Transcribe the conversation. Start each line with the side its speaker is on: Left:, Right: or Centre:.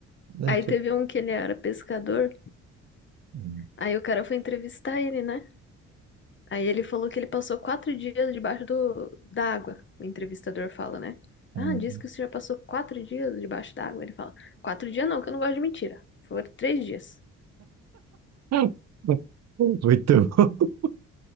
Right: Não,
Left: Aí
Right: tipo,
Left: teve um que ele era pescador,
Right: hum,
Left: aí o cara foi entrevistar ele, né? Aí ele falou que ele passou quatro dias debaixo do, da água. O entrevistador fala, né?
Right: hum.
Left: Ah, disse que o senhor passou quatro dias debaixo da água. Ele fala, quatro dias não, que eu não gosto de mentira. Foram três dias.
Right: <laughs> Muito bom.